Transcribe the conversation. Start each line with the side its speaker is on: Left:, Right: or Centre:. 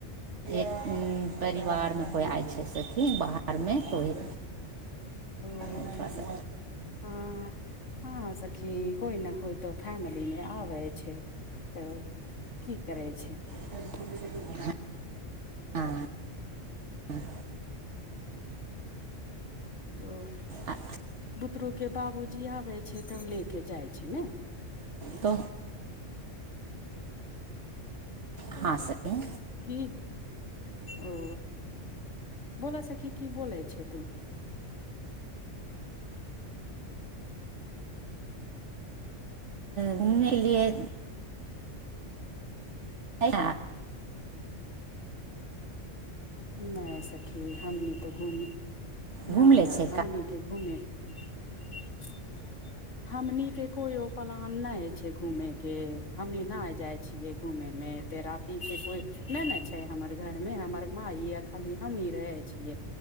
Right: एक परिवारमे कोइ आइ छै, सखी बाहरमे तऽ ओहि
Left: ओ
Right: छै <unintelligible>
Left: हँ, हँ सखी कोइ ने कोइ तऽ फैमिलीमे आबै छै, तऽ की करै छै?
Right: <unintelligible> हँ, हँ।
Left: तऽ
Right: आ
Left: बुतरूके बाबूजी आबै छै, तब लेके जाइ छै, ने
Right: त <unintelligible> हँ <unintelligible> सह
Left: की ओ बोलऽ सखी, की बोलै छै तू?
Right: घुमने लिए। अ।
Left: नहि सखी हमनी तऽ घूम
Right: घूम
Left: न
Right: लै छै
Left: हमनी के घूमेके। ब। हमनके कोइो प्लान नहि छै, घूमेके हमनी न जाय छियै। घूमे एते रातिके कोई नहि ने छै हमर घरमे हमर माई यऽ खाली हमी रहै छियै।